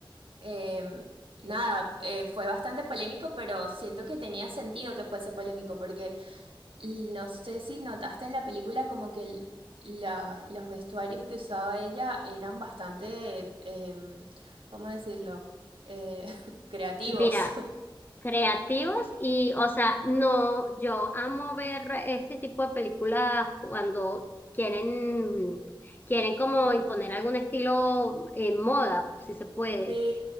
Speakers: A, on the right (about 75°); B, on the left (about 20°).
A: eh, nada, eh, fue bastante polémico, pero siento que tenía sentido que fuese polémico, porque l- no sé si notaste en la película como que l- la- los vestuarios que usaba ella eran bastante, em, ¿cómo decirlo? Eh, <laughs> creativos.
B: Mira, creativos y, o sea, no, yo amo ver este tipo de películas cuando quieren, quieren como imponer algún estilo en moda, si se puede.
A: Sí,